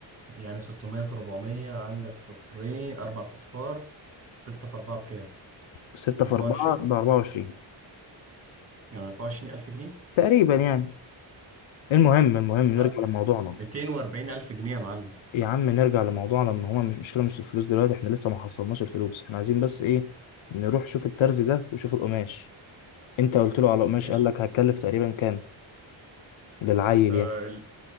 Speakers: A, on the right; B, on the left.
A: يعني 600 في 400 عندك صفرين أربع أصفار ستة في أربعة بكام؟
B: 6
A: 24
B: في 4 ب 24
A: يعني 24000 ألف جنيه؟
B: تقريبا يعني المهم المهم
A: لا
B: نرجع لموضوعنا
A: 240 ألف جنيه يا معلم
B: يا عم نرجع لموضوعنا ان هما مش مشكله مش الفلوس دلوقتي احنا لسه ما حصلناش الفلوس احنا عايزين بس ايه نروح شوف الترز ده وشوف القماش انت قلت له على القماش
A: ماشي
B: قال لك هتكلف تقريبا كام للعيل
A: آه
B: يعني
A: ال-